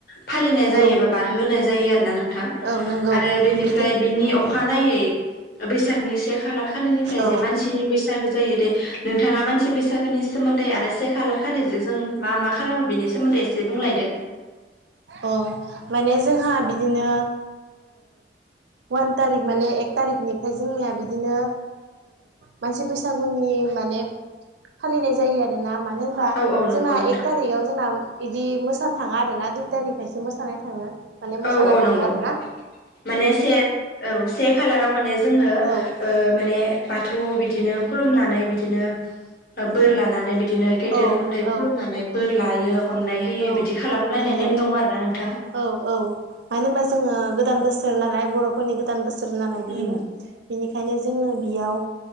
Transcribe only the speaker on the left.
फालिनाय जायो
एबा बारहो होनाय जायो आरोना नोंथां
आरो बेनि
ओमफ्राय बिनि
अखानायै बैसागनि से खालार खालिनिफ्राय
जे मानसिनि बैसो बैसागो जायो दे नोंथाङा मानसि बैसागोनि सोमोन्दै आरो से खालार खालि जे जों मा मा खालामो बेनि सोमोन्दै एसे बुंलायदो
औ औ नंगौ
नोंथां
औ औ
नंगौ
माने से औ से खालाराव माने जोङो
माने बाथौआव बिदिनो खुलुमनानै बिदिनो बोर लानानै बिदिनो गेदेर
उन्दै
खुलुमनानै बोर लायो अननाय होयो
बिदि खालामलायनाय
नेम दङ आरो ना नोंथां।
उम